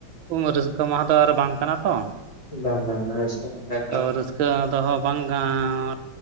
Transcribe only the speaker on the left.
ᱵᱟᱝ ᱵᱟᱝ ᱨᱟᱹᱥᱠᱟᱹ ᱢᱟᱦᱟᱸ ᱫᱚ ᱮᱠᱟᱞ
ᱜᱮ ᱵᱟᱝ
ᱠᱟᱱᱟ᱾